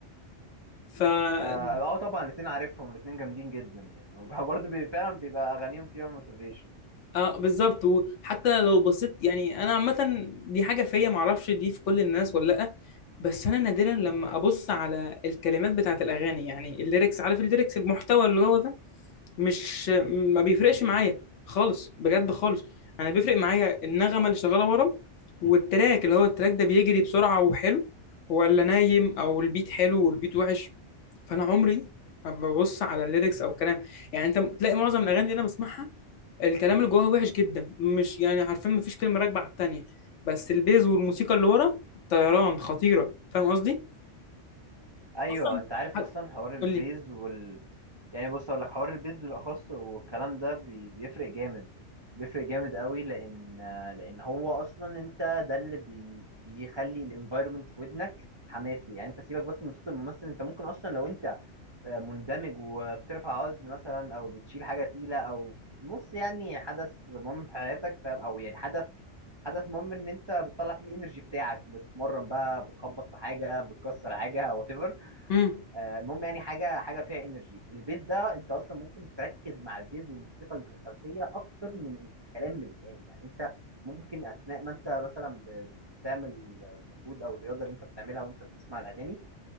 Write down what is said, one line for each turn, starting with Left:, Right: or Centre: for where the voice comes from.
Left: فبالظبط
Right: اه آه، طبعا الاثنين عارفهم الاثنين جامدين جدا يعني <laughs> وبرضه بي... فعلا بيبقى اغانيهم فيها موتيفيشن
Left: اه بالظبط وحتى لو بصيت يعني انا عامه دي حاجه فيا معرفش دي في كل الناس ولا لا بس انا نادرا لما ابص على الكلمات بتاعت الاغاني يعني الليركس عارف الليركس المحتوى اللي هو ده مش ما بيفرقش معايا خالص بجد خالص انا بيفرق معايا النغمه اللي شغاله ورا والتراك اللي هو التراك ده بيجري بسرعه وحلو ولا نايم او البيت حلو والبيت وحش فانا عمري ما ببص على الليركس او الكلام يعني انت تلاقي معظم الاغاني اللي انا بسمعها الكلام اللي جواها وحش جدا مش يعني عارفين مفيش كلمة راكبة على التانية بس البيز والموسيقى اللي ورا طيران خطيرة فاهم قصدي؟
Right: ايوه
Left: أصلا
Right: انت عارف
Left: حد
Right: اصلا حوار البيز
Left: قول لي
Right: وال يعني بص اقول لك حوار البيز بالاخص والكلام ده بي- بيفرق جامد بيفرق جامد قوي لان لان هو اصلا انت ده اللي بي... بيخلي الانفايرمنت في ودنك حماسي يعني انت سيبك بس من صوت الممثل انت ممكن اصلا لو انت آه، مندمج وبترفع وزن مثلا او بتشيل حاجه تقيله او في نص يعني حدث مهم في حياتك فاهم او يعني حدث حدث مهم ان انت بتطلع فيه الانرجي بتاعك بتتمرن بقى بتخبط في حاجه بتكسر حاجه وات
Left: امم
Right: آه، المهم يعني حاجه حاجه فيها انرجي البيز ده انت اصلا ممكن تركز مع البيز والموسيقى اللي في الخلفيه اكتر من الكلام اللي بيتقال يعني انت ممكن اثناء ما انت مثلا ب- ب- بتعمل المجهود او الرياضه اللي انت بتعملها وانت بتسمع الاغاني